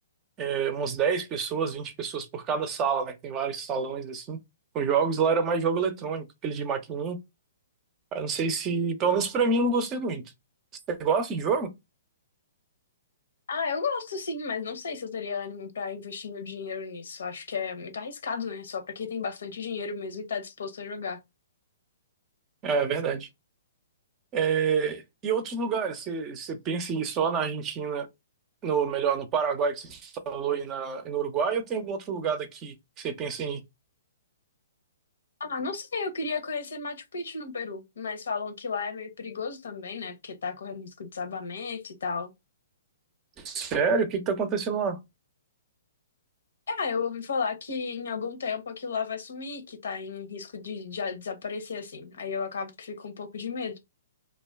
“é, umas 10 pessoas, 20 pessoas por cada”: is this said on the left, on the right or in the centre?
Right